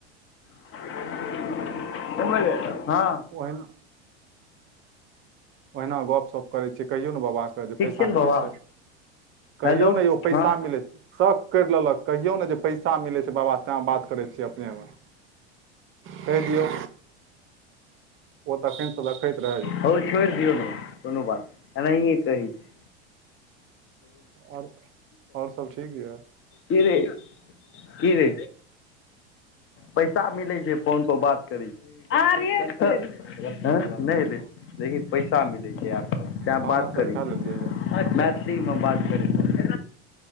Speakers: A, on the left (about 40°); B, on the right (about 40°).
A: <unintelligible> हँ
B: ओईमे ओहिना गपशप करै छै कहियो न बाबा के जे
A: ठीक
B: पैसा
A: ने
B: मिलै
A: बाबा
B: छै कहियौ
A: हेलो
B: ने यौ पैसा
A: हँ
B: मिलैत शख करि लेलक कहियौ ने जे पैसा मिलै छै बाबा तैं बात करै छियै अपने मे कहि दियौ ओ तखनसँ देखैत रहै यौ
A: ह छोड़ दियौ न कोनो बात अनाही कहै छी
B: आओर आओर सब ठीक यऽ
A: कि रै कि रै पैसा मिलै छै फोनपर बात की <unintelligible> नहि र लेकिन पैसा मिलै छै आबके तैँ
B: खाना
A: बात
B: सब
A: करै
B: खा
A: छी
B: लेलियै यऽ
A: मैथिलीमे बात करै छै